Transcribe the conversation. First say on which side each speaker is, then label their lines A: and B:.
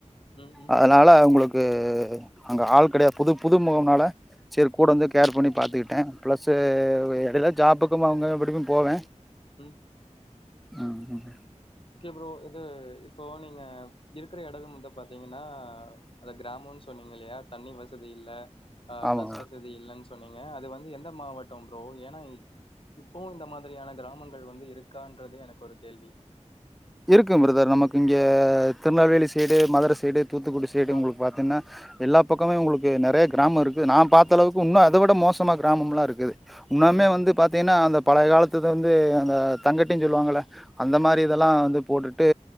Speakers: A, on the left (about 45°); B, in the centre.
A: ம் ம்
B: அதனால உங்களுக் கு அங்க ஆள் கெடையா புது புது முகம்னால சேர் கூட
A: ம்
B: இருந்து கேர் பண்ணி பார்த்துக்கிட்டேன் பிளஸ் இடையில ஜாபக்கும் அவங்க வீட்டுக்கும் போவேன்
A: ம்
B: ஆ ம் ம்
A: ஓகே புரோ இது இப்பவு நீங்க இருக்கிற இடம் வந்து பார்த்தீங்கன்னா அத கிராமம்ன்னு சொன்னீங்க இல்லையா தண்ணி வசதி இல்ல ஆ
B: ஆமா
A: பஸ் வசதி இல்லன்னு சொன்னீங்க அது வந்து எந்த மாவட்டம் ப்ரோ ஏன்னா இப்பவும் இந்த மாதிரியான கிராமங்கள் வந்து இருக்கான்றது எனக்கு ஒரு கேள்வி
B: இருக்கு பிரதர் நமக்கு இங்க திருநெல்வேலி சைடு மதுரை சைடு தூத்துக்குடி ஸ்டேடியம்
A: ஆ
B: உங்களுக்கு பார்த்தீங்கன்னா எல்லா பக்கமே உங்களுக்கு நிறைய கிராமம் இருக்குது நான் பார்த்த அளவுக்கு இன்னும் அதை விட மோசமாக கிராமம்லாம் இருக்குது உன்னுாமே
A: ம்
B: வந்து
A: ம்
B: பாத்தீங்கன்னா அந்த பளைய காலத்துது வந்து அந்த தங்கட்டின்னு சொல்லுவாங்கள அந்த மாரி இதெல்லாம் வந்து <unintelligible> போட்டுட்டு